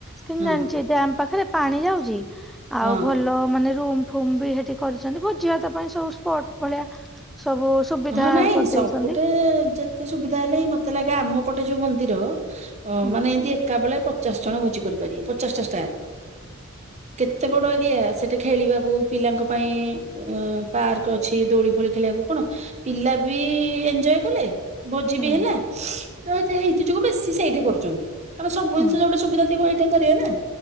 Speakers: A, in the centre; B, on the right.
A: କିନ୍ତୁ
B: ହଁ
A: ଜାଣିଚି ଏ ଡ୍ୟାମ ପାଖେରେ ପାଣି ଯାଉଚି। ଆଉ
B: ହଁ
A: ଭଲ ମାନେ ରୁମ୍- ଫୁମ୍ ବି ହେଠି କରିଚନ୍ତି ଭୋଜି ଭାତ ପାଇଁ ସବୁ ସ୍ପଟ ଭଳିଆ ସବୁ ସୁବିଧା
B: ହଁ ନାଇଁ
A: କରିଦେଇଛନ୍ତି
B: ସବୁଠେ ଯେ- - ଏତେ ସୁବିଧା ହେଲେ ହିଁ ମତେ ଲାଗେ ଆମ ପଟେ ଯୋଉ ମନ୍ଦିର ଅ
A: ହୁଁ।
B: ମାନେ ଏମିତି ଏକା ବେଳେ ପ ଚାସ୍ ଜଣ ଭୋଜି କରିପାରିବେ ପଚାଶ ଟା ଷ୍ଟାପ୍
A: <inaudible>
B: କେତେ ବଡ ଏରିଆ ସେଠେ ଖେଳିବାକୁ ପିଲାଙ୍କ ପାଇଁ ଅ ପାର୍କ ଅଛି ଦୋଳି ଫୋଳି ଖେଳିଆକୁ କଣ ପିଲା ବି ଏଞ୍ଜୟ କଲେ ଭୋଜି
A: ହୁଁ
B: ବି ହେଲା। ତ ହେଥେ ହେଇଥି ଯୋଗୁ ବେଶୀ ସେଇଠେ କରୁଚନ୍ତି କାରଣ ସବୁ
A: ହୁଁ
B: ଜିନିଷ ଯୋଉଟେ ସୁବିଧା ଥିବ ହେଇଠେ କରିବେ ନା।